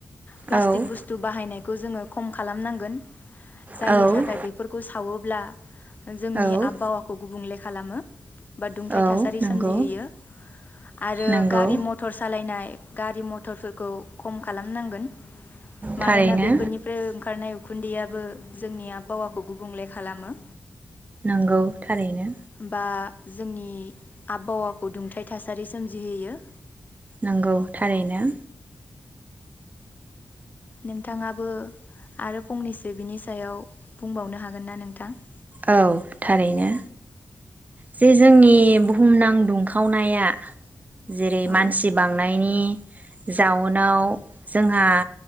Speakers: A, on the left; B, on the right.
A: प्लास्टिक
B: औ
A: बुस्टु बाहायनायखौ जोङो खम खालामनांगोन, जायनि
B: औ
A: थाखाय बेफोरखौ सावोब्ला जोंनि
B: औ
A: आबबावाखौ गुबुंले खालामो बा दुंथाइ
B: औ
A: थासारि
B: नंगौ
A: सोमजिहोयो आरो
B: नंगौ
A: गारि मथर सालायनाय गारि मथरफोरखौ खम खालामनांगोन
B: थारैनो
A: मानोना बेफोरनिफ्राय ओंखारनाय उखुन्दैयाबो जोंनि आबहावाखौ गुबुंले खालामो।
B: नोंगौ थारैनो।
A: बा जोंनि आबहावाखौ दुंथाइ थासारि सोमजिहोयो।
B: नोंगौ थारैनो।
A: नोंथाङाबो आरो फंनैसो बिनि सायाव बुंबावनो हागोन ना नोंथां?
B: औ थारैनो जे जोंनि बुहुमनां दुंखावनाया जेरै
A: औ
B: मानसि बांनायनि जाउनाव जोंहा